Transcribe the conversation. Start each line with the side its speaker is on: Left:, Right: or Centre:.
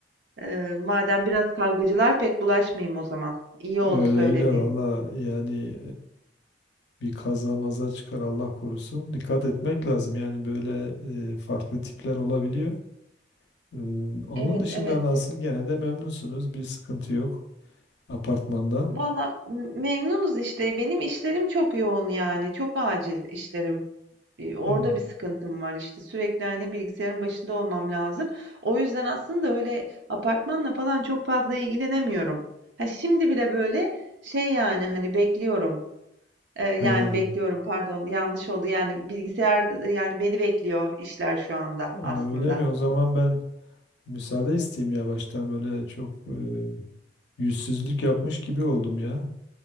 Right: Eee, madem biraz kavgacılar pek bulaşmayayım o zaman. İyi
Left: Öyle
Right: oldu söylediğin.
Left: öyle valla yani e, bir kaza maza çıkar Allah korusun. Dikkat etmek lazım yani böyle e, farklı tipler olabiliyor. Ee, onun
Right: Evet,
Left: dışında
Right: evet.
Left: nasıl? Gene de memnunsunuz. Bir sıkıntı yok apartmanda.
Right: Valla m- memnunuz işte. Benim işlerim çok yoğun yani. Çok acil işlerim. Bir- Orada
Left: Hmm.
Right: bir sıkıntım var işte. Sürekli hani bilgisayarın başında olmam lazım. O yüzden aslında öyle apartmanla falan çok fazla ilgilenemiyorum. Ha şimdi bile böyle şey yani hani bekliyorum. Eee, yani
Left: He.
Right: bekliyorum pardon yanlış oldu yani bilgisayar yani beni bekliyor işler şu anda
Left: Ha,
Right: aslında.
Left: öyle mi? O zaman ben müsaade isteyeyim yavaştan. Böyle çok e, yüzsüzlük yapmış gibi oldum ya.